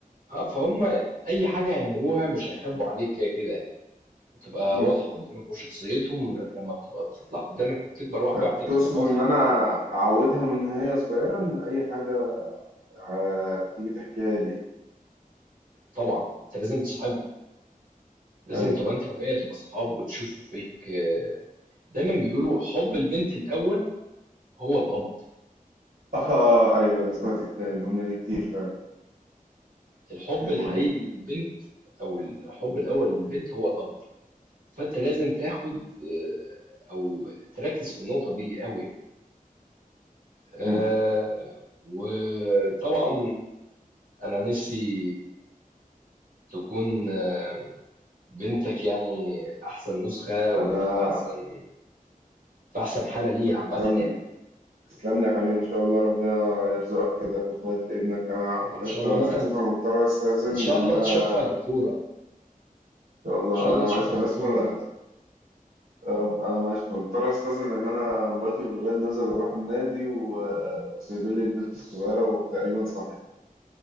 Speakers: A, on the right (about 65°); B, on the right (about 85°).
A: آه، فهُم أي حاجة هيعملوها مش هيخبّوا عليك كده، كده، هتبقى
B: إمم.
A: واضحة قُدّامك، وشخصيتهم لمّا بتبقى بتطلع قُدّامك وبتكبر واحدة،
B: ت
A: واحدة، بتبقى
B: تقصد
A: واضحة
B: إن أنا
A: قُدّامك،
B: أعوّدها من هي صغيرة إن أي حاجة آآ تيجي تحكيها لي،
A: طبعًا أنت لازم تصاحبها، لازم
B: أيوه.
A: تبقى أنت وهي تبقى أصحاب وتشوف فيك آه، دايمًا بيقولوا حُب البنت الأول هو الأب،
B: آه، أيوه أنا سمعت الك الجملة دي كتير فعلًا.
A: الحُب
B: آآ
A: الحقيقي للبنت أو الحُب الأول للبنت هو الأب، فأنت لازم تاخد آآ، أو تركّز في النقطة دي أوي يعني. آه،
B: إمم.
A: وطبعا انا نفسي تكون آه، بنتك يعني احسن نسخة وتبقى
B: أنا
A: احسن في احسن حالة ليها عامة
B: تسلم
A: يعني
B: لي، تسلم لي يا حبيبي إن شاء الله ربنا يرزقك كده بإخوات لابنك. أنا
A: وان
B: معلش
A: شاء الله
B: أنا
A: مثلا
B: آسف أنا مضطر أستأذن
A: ان شاء
B: لإن
A: الله
B: أنا
A: تشوفها دكتورة
B: إن
A: ان
B: شاء الله
A: شاء
B: أنا
A: الله تشوفها
B: معلش
A: دكتورة
B: أنا آسف أنا
A: لما تكبر
B: يا رب أنا معلش مضطر أستأذن لإن أنا مراتي والولاد نزلوا راحوا النادي و وسايبين لي البنت الصغيرة وتقريبًا صحيت،